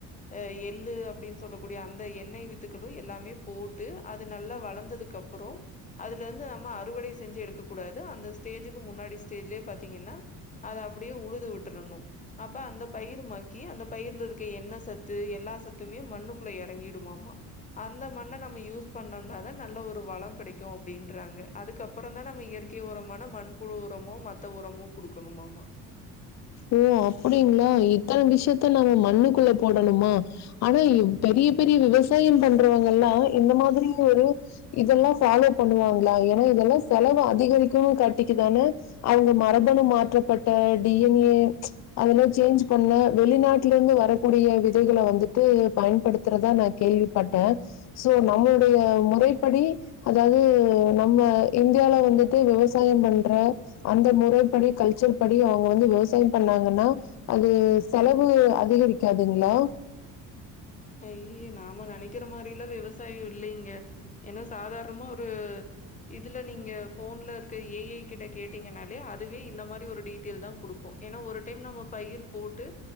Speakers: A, on the left; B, on the left.
A: அ எள்ளு அப்டின் சொல்லக்கூடிய அந்த எண்ணெய் வித்துக்கள் து எல்லாமே போட்டு அது நல்லா வளந்ததுக்கப்பறோ அதுலருந்து நம்ம அறுவடை செஞ்சு எடுக்கக் கூடாது அந்த ஸ்டேஜுக்கு முன்னாடி ஸ்டேஜ்லே பாத்தீங்கனா அத அப்டியே உழுது விட்டுரணு அப்ப அந்த பயிரு மக்கி அந்த பயிர்ல இருக்க எண்ணெ சத்து எல்லா சத்துமே மண்ணுக்குள்ள எறங்கிடுமாமா அந்த மண்ண நம்ம யூஸ் பண்ணம்னாதா நல்ல ஒரு வள கெடைக்கு அப்டின்றாங்க அதுக்கப்றந் தா நம்ம இயற்கை உரம் மான மண்புழு உரமோ மத்த உரமோ குடுக்கணுமாம்மா
B: ஓ அப்டிங்ளா இத்தன விஷ்யத்த நாங்க மண்ணுக்குள்ள போடணுமா ஆனா இ பெரிய பெரிய விவசாயம் பண்றவங்கல்லா இந்த மாதிரி ஒரு இதெல்லா ஃபாலோ பண்ணுவாங்ளா ஏனா இதெல்லா செலவு அதிகரிக்குனு காட்டிக்கதானே அவ்ங்க மரபணு மாற்றப்பட்ட டி என் ஏ அதலே சேஞ்ச் பண்ண வெளிநாட்டுல இருந்து வரக்கூடிய விதைகள வந்துட்டு பயன்படுத்துறதா நா கேள்விப் பட்டே சோ நம்மளுடைய முறைப்படி அதாவ்து நம்ம இந்தியால வந்துட்டு விவசாயம் பண்ற அந்த முறைப்படி கல்ச்சர் படி அவ் வ்ங்க வந்து விவசாய பண்ணாங்கனா அது செலவு அதிகரிக்காதுங்ளா
A: ஐயய்ய நாம நெனைக்கிற மாரிலா விவசாய இல்லைங்க ஏனா சாதாரணமா ஒரு இதுல நீங்க ஃபோன்ல இருக்க ஏ ஐ கிட்ட கேட்டீங்கனாலே அதுவே இந்த மாரி ஒரு டீட்டெயில் தா குடுக்கு ஏனா ஒரு டைம் நம்ம பயிர் போட்டு